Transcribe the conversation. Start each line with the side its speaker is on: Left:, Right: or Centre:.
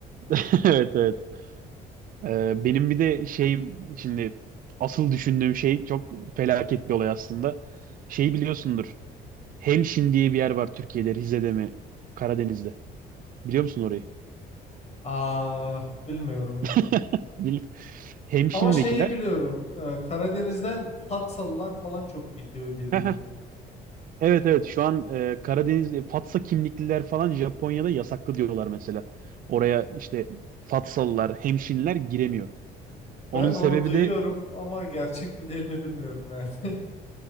Right: <laughs> Evet evet. E, benim bir de şey şimdi asıl düşündüğüm şey çok felaket bir olay aslında. Şey biliyorsundur. Hemşin diye bir yer var Türkiye'de Rize'de mi? Karadeniz'de. Biliyor musun orayı?
Left: Aa bilmiyorum
Right: <laughs>
Left: yok.
Right: Bil- Hemşin'dekiler
Left: Ama şeyi biliyorum. e, Karadeniz'den Fatsalılar falan çok gidiyor diye duydum
Right: <laughs>
Left: yani.
Right: Evet evet şu an e, Karadeniz e, Fatsa kimlikliler falan Japonya'da yasaklı diyorlar mesela. Oraya işte Fatsalılar, hemşinler giremiyor. Onun
Left: Ben
Right: sebebi
Left: de onu duyuyorum
Right: de
Left: ama gerçek mi değil mi bilmiyorum yani. <laughs>